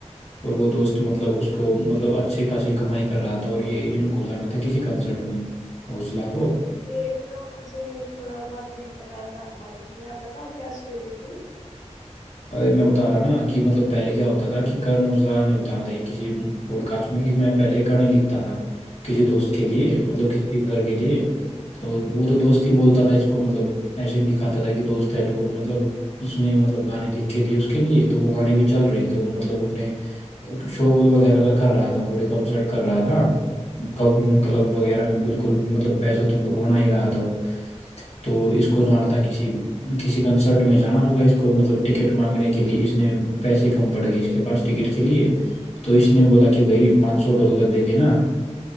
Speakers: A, on the left; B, on the left.
A: और वो दोस्त मतलब उसको मतलब अच्छे खासी कमाई कर रहा था और ये इनको जाना था किसी कंसर्ट में ओजला को
B: अच्छा ये तो मुझे थोड़ा बहुत नहीं पता ऐसा नॉलेज नहीं है। आप बताओ क्या स्टोरी थी
A: अरे मैं बता रहा ना कि मतलब पहले क्या होता था कि कर्ण औजला ने बताया था ये किसी पॉडकास्ट में कि मैं पहले गाने लिखता था किसी दोस्त
B: जी
A: के लिए मतलब किसी सिंगर के लिए तो वो तो दोस्त ही बोलता था इसको मतलब ऐसे दिखाता था कि दोस्त है तो मतलब इसने मतलब गाने लिख के दिए उसके लिए तो वो गाने भी चल रहे थे वो मतलब अपने शो वगैरह कर रहा था पूरे कंसर्ट कर रहा था क्लब क्लब वगैरह में बिल्कुल मतलब पैसा तो बना ही रहा था वो
B: अच्छा
A: तो
B: अच्छा
A: इसको जाना था किसी किसी कंसर्ट में जाना होगा इसको मतलब टिकट मांगने के लिए इसने पैसे कम पड़ गए इसके पास टिकट के लिए तो इसने बोला कि भाई पाँच सौ डॉलर दे देना